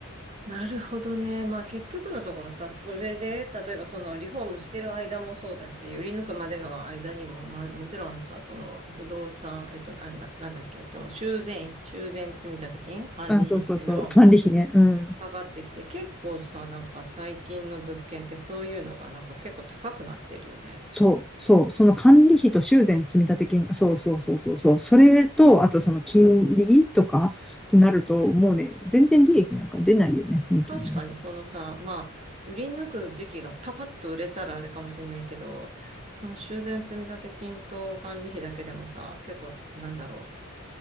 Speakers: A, on the right; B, in the centre.
A: なるほどね。まあ結局のところさ、それで、例えばそのリフォームしてる間もそうだし、売り抜くまでの間にも、まあもちろんさ、その不動産、えっと、あ、な、なんだっけ、えっと、修繕、修繕積立金、管理費っていうのも
B: あ、そうそうそう、管理費ね、うん。
A: 上がってきて、結構さ、なんか最近の物件ってそういうのがなんか結構高くなってるよね。
B: そう、そう、その管理費と修繕積立金、そうそうそうそう、そう、それと、あとその金利とかってなると、もうね、全然利益なんか出ないよね、本当にね。
A: 確かにそのさ、まあ、売り抜く時期がパパッと売れたらあれかもしれないけど、その修繕積立金と管理費だけでもさ、結構、なんだろう、